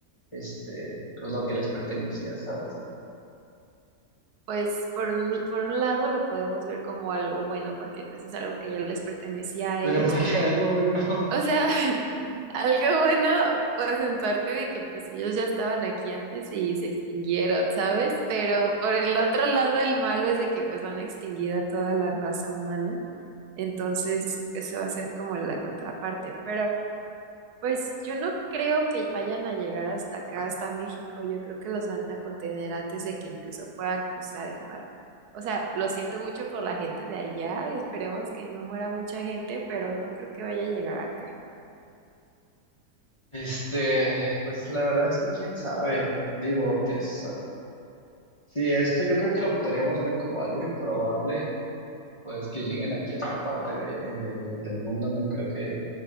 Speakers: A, on the left (about 25°); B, on the right (about 85°).
A: este, pues lo que les pertenecía, ¿sabes?
B: Pues por un, por un lado lo podemos ver como algo bueno, porque pues es algo que ya les pertenecía a
A: Pero
B: ellos,
A: <laughs> porque
B: pero,
A: algo bueno, <laughs>
B: o sea, <laughs> Algo bueno, pues en parte de que pues ellos ya estaban aquí antes y se extinguieron, ¿sabes? Pero por el otro lado, el malo es de que pues van a extinguir a toda la raza humana. Entonces, eso va a ser como la contraparte. Pero pues yo no creo que vayan a llegar hasta acá, hasta México. Yo creo que los van a contener antes de que incluso puedan cruzar el mar. O sea, lo siento mucho por la gente de allá. Esperemos que no muera mucha gente, pero no creo que vaya a llegar acá.
A: este, pues la verdad es que quién sabe, digo, es, sí, esto yo creo que lo podríamos ver como algo improbable, pues que lleguen aquí a esta parte de- de- del mundo, no creo que